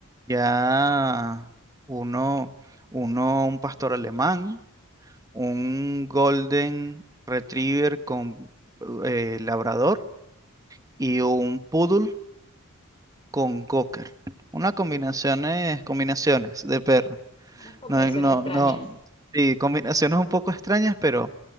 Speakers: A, on the right; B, on the left.
A: Ya uno, uno, un pastor alemán, un golden retriever con eh, labrador y
B: ok,
A: un poodle con cocker. Unas combinaciones, combinaciones de perro.
B: unas combinaciones
A: No, eh, no,
B: extrañas.
A: no. Sí, combinaciones un poco extrañas, pero